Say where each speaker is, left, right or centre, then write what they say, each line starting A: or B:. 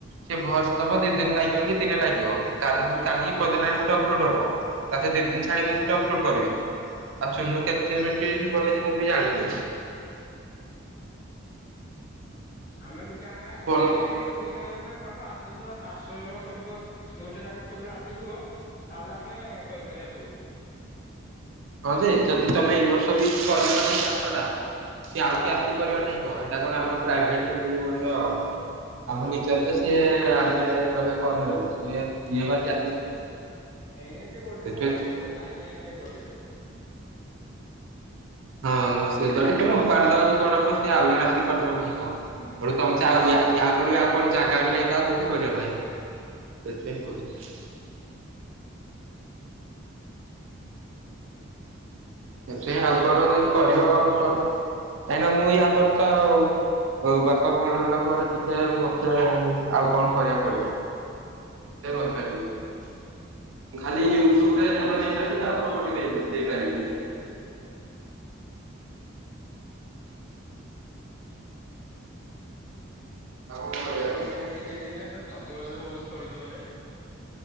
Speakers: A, on the right; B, on the left.
A: ସେ ଭଏଶ୍ ଦବ ଦି ଦିନ ଲାଗିବ କି ଦିନେ ଲାଗିବ। କାଲି କି ପଅର ଦିନ ଆଡକୁ ଗୋଟେ ଅପଲୋଡ଼ ହବ। ତା ଦି ତିିନ
B: ହୁଁ
A: ଛାଡ଼ି ମୁଁ ଗୋଟେ ଅପଲୋଡ଼୍ କରିବି। ଆଉ ଚୁନୁ କେତେ ମିନିଟ୍ ବନେଇଚି ମୁଁ ବି ଜାଣିନି।
B: ଆମେ ଗୋଟେ ଆଗରେ ଆଗ
A: ବନ
B: ସେଟ ହେଇଗଲେ ପଇସା ଯଦି ଆମ ପାଖକୁ ଆସୁଥିବ ଆସ ସବୁ ଗୋଟେ ଜାଗା ସବୁବେଳେ ଆସୁଥିବ, ତାହେଲେ ଆମେ କରିପାରିବା ସବୁକିଛିି।
A: ହଁ ଯେ ଯଦି ତମେ ଏଇ ବର୍ଷ ବି କରିବନି ଚାଷ ଟା ସେ ଆଉ କିଏ ଆସି କରିବ ନା କଣ। ସେଟା କଣ ଆମ ପ୍ରାଇଭେଟ୍। <unintelligible> ଆମ ନିଜର ତ ସିଏ। <unintelligible>
B: ହୁଁ, ଏଇନେ କିଏ କରୁଚି
A: ସେଥିପାଇଁ
B: ମ ବାଇଗଣ ଗଛ ରେ ଲାଗିସାରିନି କିଏ କରିବେନି।
A: ହଁ ସେ ଯଦି ତମେ ଓପାଡ଼ିଦବ ଯଦି କଡୁ କଡୁ ସେ ଆଉ ଜଣେ ଆସି କରିଦବ। ହଁ।
B: ହୁଁ
A: <unintelligible> କହିଲି ଆଉ କଣ ଜାଗା ବି ନାହିଁ ତ ଆଉ କୋଉଠି କରିବାପାଇଁ ସେଇଥିପାଇଁ କହୁଚି। ଦେଖିଆ ଆଉ କୋଉଦିନ ଯଦି କରିବ କର। କାହିଁକି ନା ମୁଁ ୟାପରେ ତ ଆଉ ଅ ବାପା ଭଲ ହେଲା ପରେ ଦେଖିଆ ମତେ ଆଉ କଣ କରିବାକୁ ପଡିବ। <unintelligible>
B: ହୁଁ।
A: ମୁଁ ଖାଲି ୟୁଟ୍ୟୁବ୍ ରେ <unintelligible> ଆଉ କୋଉଠି ଦେଇପାରିବିନି। ଆଉ କରିବା
B: ଆରେ
A: କହ?
B: ଏଇଟା ଏଇ ସିଜିନ ଟା ତ ଛତୁ ଫତୁ ବହୁତ୍ ଫଳୁ ଥିବ ରେ?